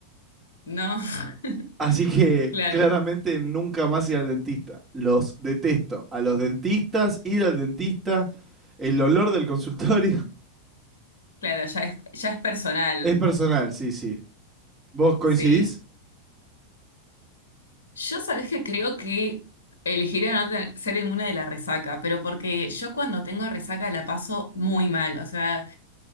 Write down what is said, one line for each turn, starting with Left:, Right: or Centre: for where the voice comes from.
Left: No. <laughs>
Right: Así que
Left: Claro,
Right: claramente nunca más ir al dentista. Los detesto. A los dentistas, ir al dentista, el olor del consultorio
Left: claro, ya es, ya es personal.
Right: <laughs> es personal, sí, sí. ¿Vos coincidís?
Left: Sí. Yo sabés que creo que elegiría no tener- ser inmune de la resaca, pero porque yo cuando tengo resaca la paso muy mal. O sea.